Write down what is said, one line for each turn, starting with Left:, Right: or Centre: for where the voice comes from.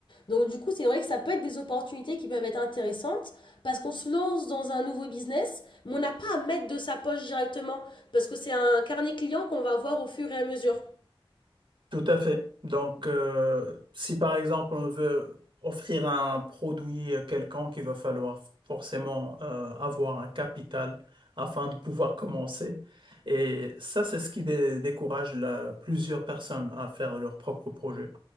Left: Donc, du coup, c'est vrai que ça peut être des opportunités qui peuvent être intéressantes, parce qu'on se lance dans un nouveau business, mais on n'a pas à mettre de sa poche directement. Parce que c'est un carnet client qu'on va voir au fur et à mesure.
Right: Tout à fait. Donc, euh, si par exemple on veut offrir un produit euh, quelconque, il va falloir forcément euh, avoir un capital afin de pouvoir commencer. Et ça, c'est ce qui dé- décourage la- plusieurs personnes à faire leur propre projet.